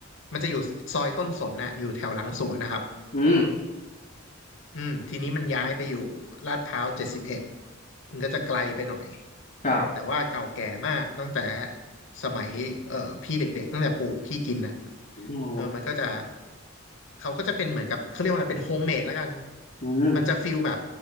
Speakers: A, on the left; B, on the left.
A: มันจะอยู่ซอยต้นสนน่ะอยู่แถวหลังสวนนะครับ
B: อืม
A: อืมทีนี้มันย้ายไปอยู่ลาดพร้าวเจ็ดสิบเอ็ดมันก็จะไกลไปหน่อย
B: ครับ
A: แต่ว่าเก่าแก่มากตั้งแต่สมัยเอ่อพี่เด็กๆตั้งแต่ปู่พี่กินนะ
B: โอ้
A: เออมันก็จะเขาก็จะเป็นเหมือนกับเขาเรียกว่าอะไรเป็นโฮมเมดแล้วกัน
B: อืม
A: มันจะฟิลแบบ